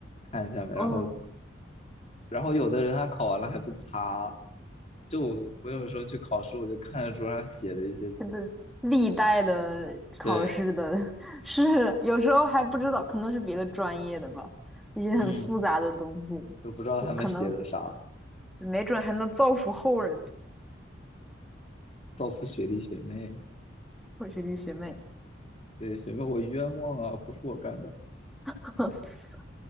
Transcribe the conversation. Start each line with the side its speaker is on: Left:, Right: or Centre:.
Left: 看一下嘛，
Centre: 嗯
Left: 然后然后有的人他考完了还不擦，就我我有时候去考试，我就看着桌上写的一些，
Centre: 真的历代的考试的
Left: 对，
Centre: <laughs>，是有时候还不知道，可能是别的专业的吧，一些很复杂的东西，
Left: 嗯，都不知道他们写的啥，
Centre: 就可能没准还能造福后人呢。
Left: 造福学弟学妹，
Centre: 我学弟学妹，
Left: 对，学妹我冤枉啊，不是我干的。
Centre: <laughs>